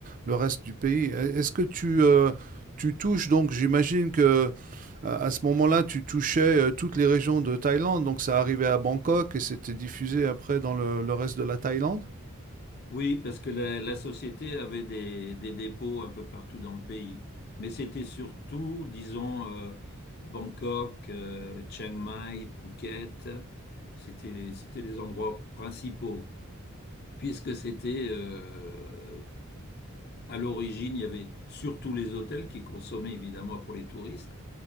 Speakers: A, on the right; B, on the left.
A: le reste du pays. E- Est-ce que tu, euh, tu touches, donc j'imagine que à à ce moment-là, tu touchais euh, toutes les régions de Thaïlande, donc ça arrivait à Bangkok et c'était diffusé après dans le, le reste de la Thaïlande?
B: Oui, parce que la, la société avait des, des dépôts un peu partout dans le pays. Mais c'était surtout, disons, euh, Bangkok, euh, Chiang Mai, Phuket. C'était, c'était les endroits principaux. Puisque c'était, euh, à l'origine, il y avait surtout les hôtels qui consommaient évidemment pour les touristes.